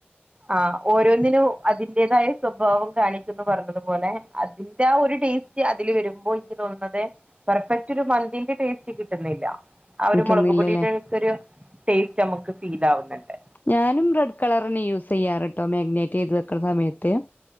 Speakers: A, on the right; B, on the left.
A: ആഹ് ഓരോന്നിനും അതിന്റേതായ സ്വഭാവം കാണിക്കുന്ന് പറ്ഞ്ഞതു പോലെ അതിന്റെ ആഹ് ഒരു ടേസ്റ്റ് ക്കൃ അതില് വരുമ്പോ ഇൻക്കൃ തോന്നുന്നത് പെർഫെക്റ്റ് ഒരു മന്തിന്റെ ടേസ്റ്റ് കിട്ടുന്നില്ല ആഹ്
B: കിട്ടുന്നില്ലല്ലേ
A: ഒരു മൊളക് പൊടിയ്ടെക്ക ഒരു ടേസ്റ്റ് നമ്മക്ക് ഫീൽ ആവുന്നുണ്ട്.
B: ഞാനും റെഡ് കളറന്നെ യൂസ് ചെയ്യാറ്ട്ടോ മാഗ്നേറ്റ്യ്ത് വെക്ക്ണ സമയത്ത്.